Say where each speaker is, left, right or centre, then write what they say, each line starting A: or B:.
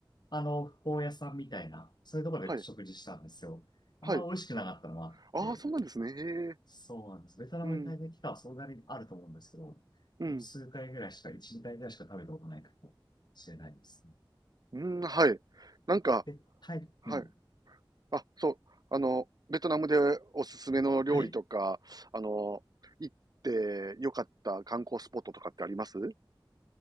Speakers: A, on the left (about 55°); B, on the right (about 50°).
A: あの、フォー屋さんみたいな、そういうところで食事したんですよ。
B: はい、
A: あんま美味しくなかったのもあって、
B: はい。ああ、そうなんですね。へえ、
A: そうなんです。ベトナムに滞在期間はそんなにあると思うんですけど、
B: うん、うん、
A: 数回ぐらいしか、1、2回ぐらいしか食べたことないかもしれないですね。
B: うん、はい。なんか、
A: で、タイ、
B: はい。
A: うん、
B: あ、そう、あの、ベトナムでおすすめの料理とか、
A: はい。
B: あの、行ってよかった観光スポットとかってあります